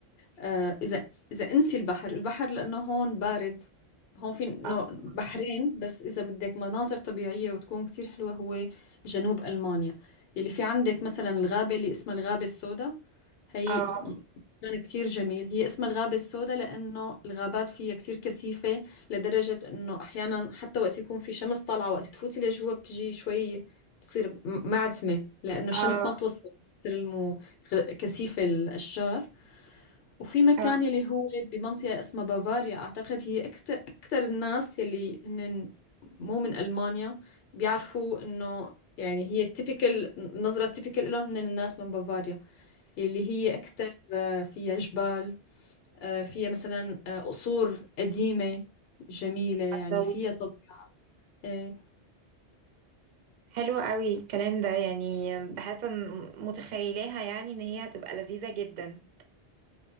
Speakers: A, on the left; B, on the right.
A: آه، إذا إذا انسي البحر البحر لأنه هون بارد هون في نوع
B: آه.
A: بحرين بس إذا بدك مناظر طبيعية وتكون كتير حلوة هو جنوب ألمانيا يلي في عندك مثلا الغابة اللي اسمها الغابة السوداء هي
B: اه
A: مكان كتير جميل هي اسمها الغابة السوداء لأنه الغابات فيها كتير كثيفة لدرجة إنه أحيانا حتى وقت يكون في شمس طالعة وقت تفوتي لجوا بتجي شوي بتصير م- معتمة لأنه الشمس
B: اه
A: ما بتوصل مثل المو غ- كثيف الأشجار وفي مكان
B: اه
A: يلي هو بمنطقة اسمها بافاريا أعتقد هي أكتر, أكتر الناس يلي هن مو من ألمانيا بيعرفوا إنه يعني هي التيبيكال النظرة التيبيكال لهم هن الناس من بافاريا يلي هي أكتر آه، فيها جبال آه، فيها مثلا آه، قصور قديمة جميلة يعني
B: الله
A: فيها طب آه،
B: حلو قوي الكلام ده يعني بحس ان متخيلاها يعني ان هي هتبقى لذيذة جدا